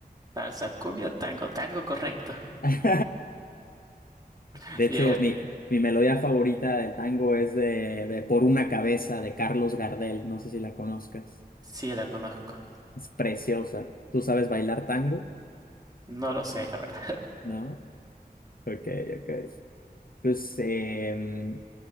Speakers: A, on the right; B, on the left.
A: Salsa, cumbia, tango, tango, correcto.
B: <laughs>
A: <laughs>
B: De hecho,
A: Bien,
B: mi, mi melodía favorita del tango es de, de Por una cabeza de Carlos Gardel. No sé si la conozcas.
A: sí la conozco.
B: Es preciosa. ¿Tú sabes bailar tango?
A: No lo sé, la verdad.
B: ¿No? Ok, ok. Pues em,